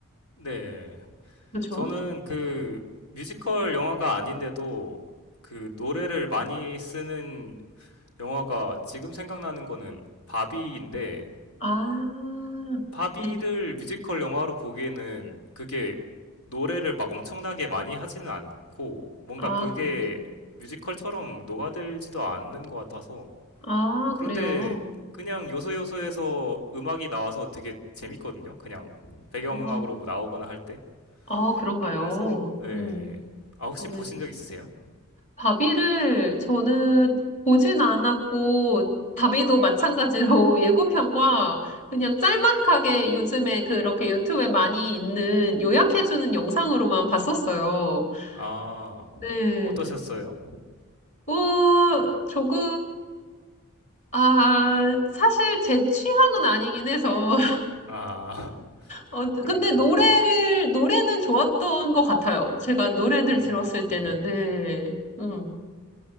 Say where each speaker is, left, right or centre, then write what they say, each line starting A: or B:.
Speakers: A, on the left; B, on the left.
A: 네.
B: 그렇죠?
A: 저는 그 뮤지컬 영화가 아닌데도 그 노래를 많이 쓰는 영화가 지금 생각나는 거는 바비인데
B: 아.
A: 바비를
B: 네.
A: 뮤지컬 영화로 보기에는 그게 노래를 막 엄청나게 많이 하지는 않고 뭔가
B: 아,
A: 그게
B: 그래요.
A: 뮤지컬처럼 녹아들지도 않는 것 같아서
B: 아,
A: 그런데
B: 그래요.
A: 그냥 요소요소에서 음악이 나와서 되게 재밌거든요. 그냥 배경음악으로
B: 아,
A: 뭐 나오거나 할 때.
B: 아, 그런가요?
A: 그래서 예.
B: 음,
A: 아 혹시
B: 네.
A: 보신 적 있으세요?
B: 바비를 저는 보진 않았고, 바비도 마찬가지로 <laughs> 예고편과 그냥 짤막하게 요즘에 그렇게 유튜브에 많이 있는 요약해주는 영상으로만 봤었어요.
A: 아
B: 네.
A: 어떠셨어요?
B: 뭐, 조금, 아, 사실 제 취향은 아니긴 해서,
A: 아 <laughs>
B: 어, 근데
A: 그랬군요.
B: 노래를, 노래는 좋았던 것 같아요. 제가 노래들
A: 음
B: 들었을 때는, 네. 음,